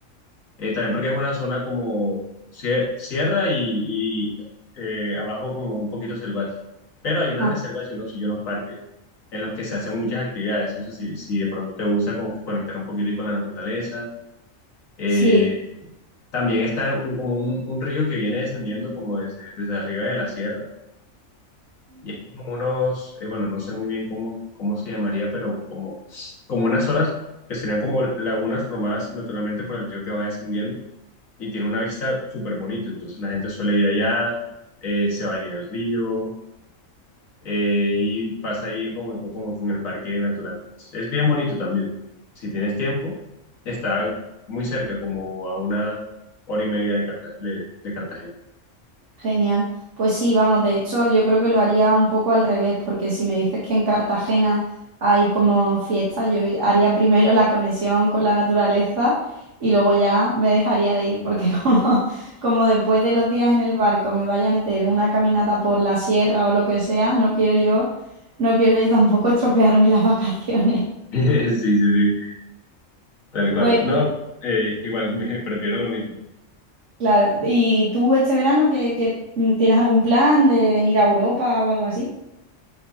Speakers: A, on the left; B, on the right.
A: Eh, también porque es una zona como cier- sierra y, y, eh, abajo como un poquito selvática. Pero hay unas
B: Ah,
A: reservas y unos, y unos parques en los que se hacen muchas actividades. Entonces, si, si de pronto te gusta como que conectar un poquito y con la naturaleza. eh,
B: sí.
A: también está un- como un, un río que viene descendiendo como desde, desde arriba de la sierra y hay como unos, eh, bueno, no sé muy bien cómo, cómo se llamaría, pero como, como unas horas que serían como lagunas formadas naturalmente por el río que va descendiendo y tiene una vista súper bonita. Entonces la gente suele ir allá, eh, se baña en el río eh, y pasa ahí como, como en el parque natural. Es, es bien bonito también. Si tienes tiempo, está muy cerca, como a una hora y media de, Carta- de de Cartagena. <laughs>
B: Genial. Pues sí, vamos, de hecho yo creo que lo haría un poco al revés, porque si me dices que en Cartagena hay como fiesta, yo ir- haría primero la conexión con la naturaleza y luego ya me dejaría de ir, porque <laughs> como, como después de los días en el barco me vaya a meter una caminata por la sierra o lo que sea, no quiero yo, no quiero yo tampoco <laughs> estropearme las vacaciones.
A: Sí, sí, sí. Tal cual.
B: Pues
A: No, eh, igual <laughs> me prefiero lo mismo.
B: claro, ¿y tú este verano que, tienes algún plan de venir a Europa o algo así?